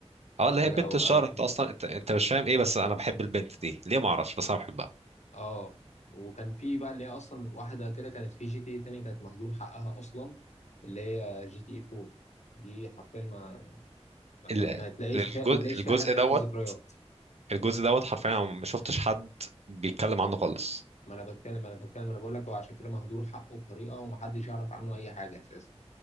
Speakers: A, on the right; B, on the left.
A: اه اللي هي
B: حاجه
A: بنت
B: او
A: الشهر
B: أو
A: انت اصلا انت انت مش فاهم ايه بس انا بحب البنت دي ليه ما اعرفش بس انا بحبها
B: اه وكان في بقى اللي هي اصلا واحده كده كانت في جي تي اي تانية كانت مهدور حقها اصلا اللي هي جي تي اي 4 دي حرفيا ما ما,
A: ال-
B: ما ما تلاقيش
A: الجزء
B: فيها ما تلاقيش
A: الجزء
B: فيها حد
A: دوت
B: عنده ذكريات
A: الجزء دوت حرفيا أنا ما شفتش حد بيتكلم عنه خالص
B: ما انا بتكلم انا بتكلم انا بقول لك هو عشان كده مهدور حقه بطريقه ومحدش يعرف عنه اي حاجه اساسا